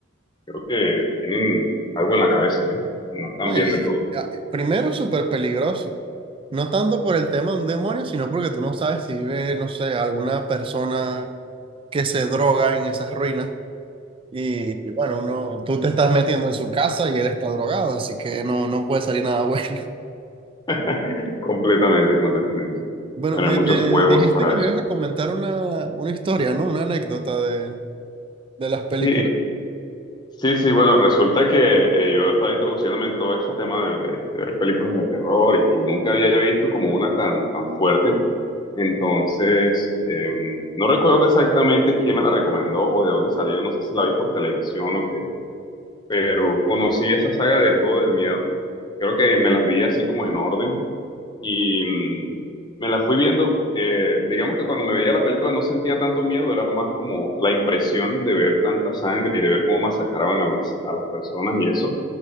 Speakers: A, on the left; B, on the right.
A: Creo que tienen algo en la cabeza, ¿eh? No están
B: No,
A: bien
B: y,
A: de todo.
B: y, ah, primero súper peligroso, no tanto por el tema de un demonio, sino porque tú no sabes si vive, no sé, alguna persona que se droga en esas ruinas. Y, y bueno, no, tú te estás metiendo en su casa y él está drogado, así que no, no puede salir nada bueno. <laughs>
A: <laughs> Completamente, completamente.
B: Bueno,
A: Tener
B: me,
A: muchos
B: me
A: huevos
B: dijiste
A: para
B: que me
A: eso.
B: ibas a comentar una, una historia, ¿no? Una anécdota de, de las películas.
A: Sí,
B: Ok,
A: Sí, sí, bueno, resulta que eh, yo estaba introduciéndome en todo este tema de, de- de ver películas de terror y, y nunca había visto como una tan, tan fuerte. Entonces, em, no recuerdo exactamente quién me la recomendó o de dónde salió, no sé si la vi por televisión o qué, pero conocí esa saga del Juego del Miedo. Creo que me las vi así como en orden y mm, me la fui viendo. eh, digamos que cuando me veía la película no sentía tanto miedo, era más como la impresión de ver tanta sangre y de ver cómo masacraban a las, a las personas y eso,